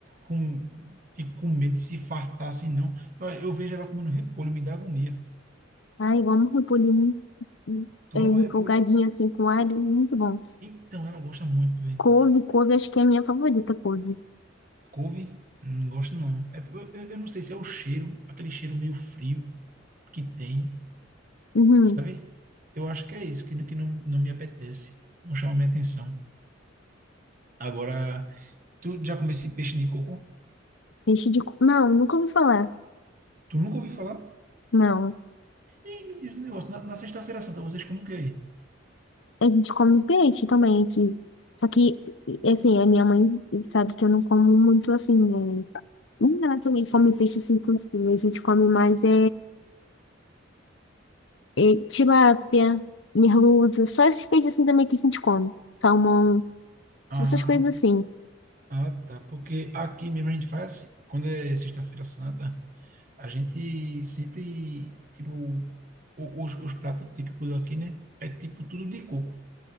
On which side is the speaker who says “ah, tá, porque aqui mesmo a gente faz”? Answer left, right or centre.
Right